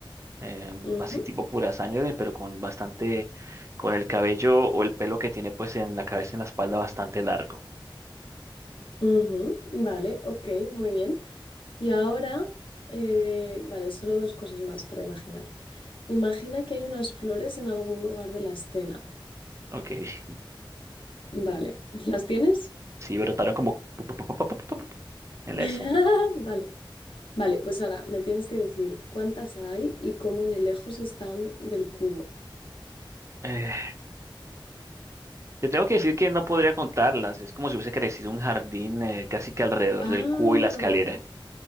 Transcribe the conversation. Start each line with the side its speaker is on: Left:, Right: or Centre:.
Right: eh,
Left: ujú,
Right: así tipo pura sangre, pero con bastante, con el cabello o el pelo que tiene pues en la cabeza y en la espalda bastante largo.
Left: ujú. Vale, ok, muy bien. Y ahora, eh, vale, solo dos cosas más para imaginar. Imagina que hay unas flores en algún lugar de la escena.
Right: Ok, <laughs>
Left: Vale, <laughs> ¿las tienes?
Right: sí, brotaron como pu- pu- pu- pu- pu- pu- pu- pu- en
Left: <laughs>
Right: la escena.
Left: Vale. Vale, pues ahora me tienes que decir cuántas hay y cómo de lejos están del cubo.
Right: Eh, Te tengo que decir que no podría contarlas. Es como si hubiese crecido un jardín eh, casi que alrededor
Left: Ah,
Right: del cubo y la escalera.